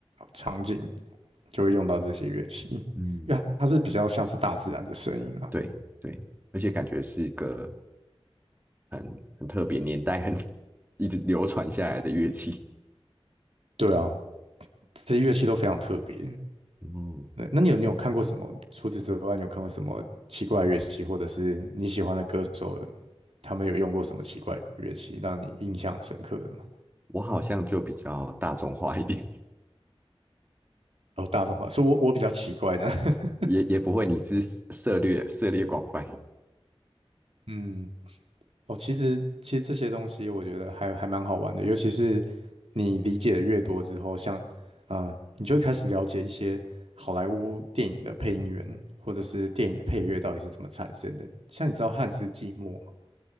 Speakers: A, on the right (about 75°); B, on the right (about 20°).
A: 场景就会用到这些乐器，
B: 嗯，
A: 因为它是比较像是大自然的声音啊。
B: 对对，而且感觉是个很很特别，年代很 <laughs> 一直流传下来的乐器。
A: 对啊，这些乐器都非常特别。
B: 嗯，
A: 对，那你有你有看过什么？除此之外，你有看过什么奇怪的乐器，或者是你喜欢的歌手，他们有用过什么奇怪的乐器，让你印象很深刻的吗？
B: 我好像就比较大众化一点，
A: 哦，大众化，所以我我比较奇怪的，
B: <laughs>
A: <laughs>
B: 也也不会，你是涉猎涉猎广泛。
A: 嗯，哦，其实其实这些东西我觉得还还蛮好玩的，尤其是你理解的越多之后，像啊、呃你就会开始了解一些好莱坞电影的配音员或者是电影的配乐到底是怎么产生的。像你知道汉斯季默吗？